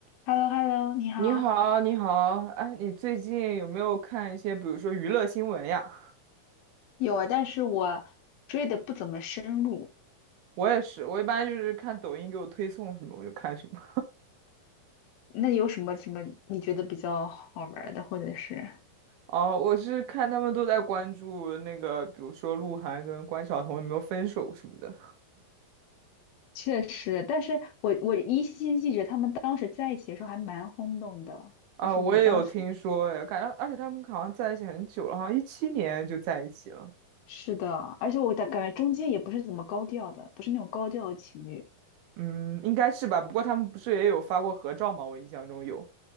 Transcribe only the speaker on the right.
你好，你好，哎，你最近有没有看一些，比如说娱乐新闻呀？
我也是，我一般就是看抖音给我推送什么，我就看什么。
哦，我是看他们都在关注那个，比如说鹿晗跟关晓彤有没有分手什么的。
啊、
我也有听说，哎，感觉而且他们好像在一起很久了，好像一七年就在一起了。
嗯，应该是吧。不过他们不是也有发过合照吗？我印象中有。